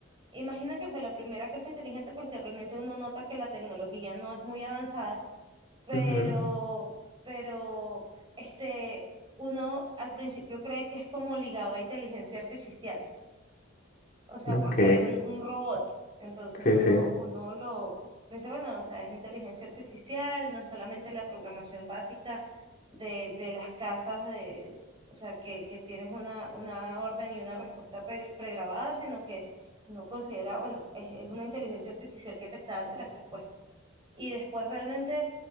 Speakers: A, on the right; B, on the left.
A: Imagina que fue la primera casa inteligente porque realmente uno nota que la tecnología no es muy avanzada, pero,
B: Ujú,
A: pero, este, uno al principio cree que es como ligado a inteligencia artificial o sea,
B: Ok,
A: porque hay un, un robot. Entonces
B: sí,
A: uno,
B: sí.
A: uno lo dice, bueno, o sea, es inteligencia artificial, no es solamente la programación básica de, de las casas de, o sea, que, que tienes una, una orden y una respuesta pre- pregrabada, sino que no considera, bueno, es, es una inteligencia artificial que te está dando las respuestas y después realmente